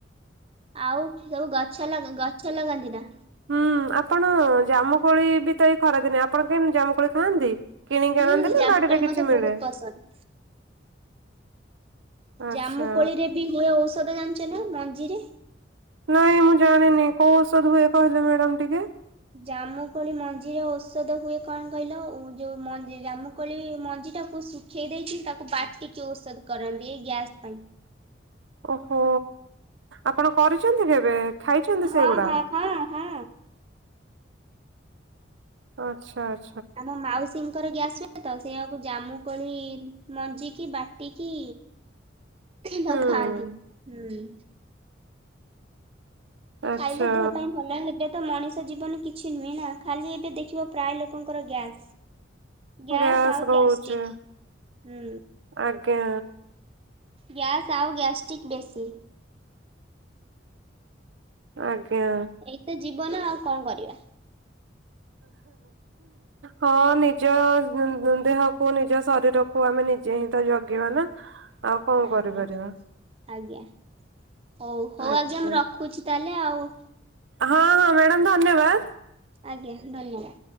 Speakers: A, on the right; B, on the right.
A: ଆଉ। ସବୁ ଗଛ-ଲଗ୍ ଗଛ ଲଗାନ୍ତି ରିନା।
B: ହୁଁଉଁ ଆପଣ ଜାମୁ କୋଳି ବି ତ ଏଇ ଖରାଦିନେ ଆପଣ କେନ୍ତି ଜାମୁ କୋଳି ଖାଆନ୍ତି? କିଣିକି
A: ହୁଁ
B: ଆଣନ୍ତି ନା
A: ଜାମୁକୋଳି
B: ବାଡିରେ କିଛି
A: ମତେ
B: ମିଳେ?
A: ବହୁତ ପସନ୍ଦ
B: ଆଚ୍ଛା
A: ଜାମୁକୋଳିରେ ବି ହୁଏ ଔଷ ସଦା ଜାଣିଚ ନା ମଞ୍ଜିରେ।
B: ନାଇଁ ମୁଁ ଜାଣିନି କୋଉ ଔଷଧ ହୁଏ କହିଲେ ମ୍ୟାଡାମ୍ ଟିକେ।
A: ଜାମୁକୋଳି ମଞ୍ଜିରେ ଔଷଧ ହୁଏ କଣ କଇଲ ଓ ଯୋଉ ମଞ୍ଜି ଜାମୁକୋଳି ମଞ୍ଜି ଟାକୁ ଶୁଖେଇ ଦେଇକି ତାକୁ ବାଟିକି ଔଷଧ କରନ୍ତି ଏ ଗ୍ୟାସ୍ ପାଇଁ।
B: ହୋଓ ଆପଣ କରୁଛନ୍ତି କେବେ? ଖାଇଛନ୍ତି
A: ହଁ
B: ସେଇଗୁଡା?
A: ହଁ ହଁ ହଁ।
B: ଆଚ୍ଛାର୍।
A: ଆମ ମାଉସ୍। ସିଙ୍କର ଗ୍ୟାସ୍ ହୁଏ ତ। ସେଆକୁ ଜାମୁ କୋଳି ମଞ୍ଜିିକି ବାଟିକି। ତାକୁ
B: ହୁଁ।
A: ଖାଆନ୍ତି ହୁଁଉଁ।
B: ଆଚ୍ଛା
A: ଖାଇଲେ ଦେହ ପାଇଁ ଭଲ ହେବେ। ତ ମଣିଷ ଜୀବନ କିଛି ନୁହେଁ ନା। ଖାଲି ଏବେ ଦେଖିବ ପ୍ରାୟ ଲୋକଙ୍କର ଗ୍ୟାସ୍। ଗ୍ୟାସ୍
B: ଗ୍ୟାସ
A: ଆଉ
B: ରହୁଛି
A: ଗ୍ୟାଷ୍ଟ୍ରିକ୍ ହୁଁ।
B: ଆଜ୍ଞା।
A: ଗ୍ୟାସ୍ ଆଉ ଗ୍ୟାଷ୍ଟ୍ରିକ୍ ବେଶୀ।
B: ଆଜ୍ଞ। ଜ୍ଞା
A: ଏଇତ ଜୀବନ ଆଉ କଣ କରିବା।
B: ହଁ ନିଜ ହୁଁ ହୁଁ ଦେହକୁୁ ନିଜ ଶରୀରକୁ ଆମେ ନିଜେ ହି ତୋ ଜଗିବା ନା ଆଉ କଣ
A: ଆଜ୍ଞା।
B: କରିପାରିବା।
A: ଆଜ୍ଞା। ହଉ ହଉ
B: ଆଜ୍ଞା
A: ଆଜି ମୁଁ ରଖୁଛି ତାର ହେଲେ ଆଉ।
B: ହଁ ହଁ ମ୍ୟାଡ଼ାମ ଧନ୍ୟବାଦ।
A: ଆଜ୍ଞା। ନାଇଁ ମ